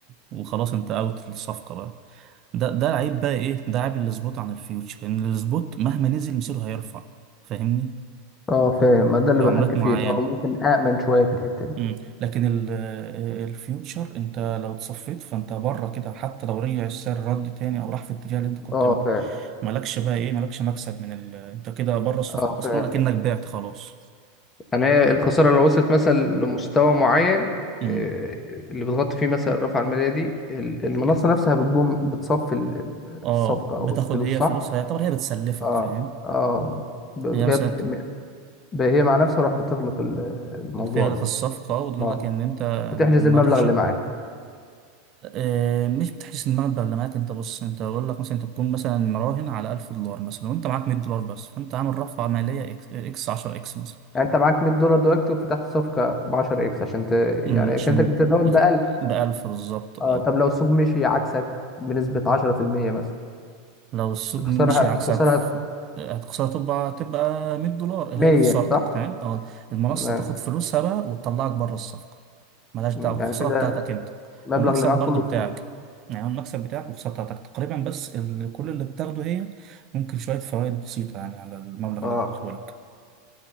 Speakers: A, on the right; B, on the left.
A: وخلاص انت اوت الصفقة بقى ده ده عيب بقى ايه ده عيب السبوت عن الفيوتشر ان السبوت مهما نزل مصيره هيرفع فاهمني
B: اه فاهم ما ده اللي
A: في
B: بحكي
A: عملات معينة
B: فيه ان هو ممكن امن شويه في الحته دي
A: مم. لكن ال- آه، الفيوتشر انت لو اتصفيت فانت بره كده حتى لو رجع السعر رد تاني او راح في الاتجاه اللي انت كنت
B: اه
A: بيه
B: فاهم
A: مالكش بقى ايه مالكش مكسب من ال... انت كده بره الصفقة
B: اه
A: اصلا
B: فاهم
A: اكنك بعت خلاص
B: يعني هي الخساره لو وصلت مثلا لمستوى معين
A: مم.
B: آه، اللي بتغطي فيه مثلا الرفعه الماليه دي ال- المنصه نفسها بتقوم بتصفي ال-
A: اه
B: الصفقه
A: بتاخد
B: او الفلوس
A: هي
B: صح؟
A: فلوسها يعتبر هي بتسلفك
B: اه
A: فاهم
B: اه ب-
A: هي مثلا
B: هي بت... ب- هي مع نفسها راح بتغلق ال- الموضوع
A: بتغلق
B: ده
A: الصفقة وتقول
B: اه
A: لك ان انت
B: وتحجز
A: المارجن
B: المبلغ اللي معاك
A: آه، مش بتحس ان المبلغ اللي معاك انت بص انت بقول لك مثلا انت بتكون مثلا مراهن على 1000 دولار مثلا وانت معاك 100 دولار بس فانت عامل رفعه ماليه اكس 10 اكس مثلا
B: يعني انت معاك 100 دولار دلوقتي وفتحت صفقة ب 10 اكس عشان ت... يعني
A: أمم، عشان
B: كانتك بتتداول ب 1000
A: بألف بالظبط اه
B: اه طب لو السوق مشي عكسك بنسبة 10% مثلا
A: لو السوق
B: الخسارة
A: مشي عكسك
B: الخسارة
A: في- هتخسر تبقى تبقى 100 دولار
B: 100
A: هي دي خسارتك
B: صح؟
A: تمام او المنصة
B: تمام
A: تاخد فلوسها بقى وتطلعك بره الصفقة ملهاش دعوة
B: مم.
A: الخسارة
B: يعني كده
A: بتاعتك انت
B: المبلغ
A: والمكسب
B: اللي معاك
A: برضو
B: كله
A: بتاعك
B: اتصرف
A: يعني المكسب بتاعك والخسارة بتاعتك تقريبا بس ال- كل اللي بتاخده هي ممكن شوية فوائد بسيطة يعني على المبلغ
B: اه
A: اللي اديتهولك